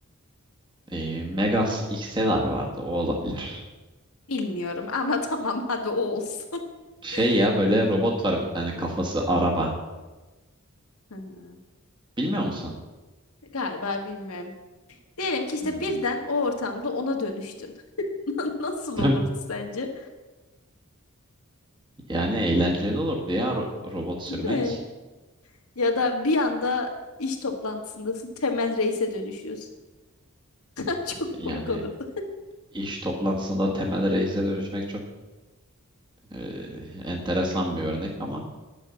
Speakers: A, on the right; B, on the left.
A: Eee, Megas XLR vardı o olabilir.
B: Bilmiyorum ama <laughs> tamam hadi o olsun.
A: Şey
B: <laughs>
A: ya böyle robot var bir tane kafası araba.
B: Ha,
A: Bilmiyor musun?
B: Galiba bilmiyorum. Diyelim ki işte
A: Hmm.
B: birden o ortamda ona dönüştün. <laughs> Nasıl
A: <laughs>
B: olurdu sence?
A: Yani eğlenceli olurdu ya ro- robot sürmek.
B: Değil mi? Ya da bir anda iş toplantısındasın, Temel Reis'e dönüşüyorsun. <laughs> Çok
A: Yani
B: komik olurdu.
A: iş toplantısında Temel Reis'e dönüşmek çok eee, enteresan bir örnek ama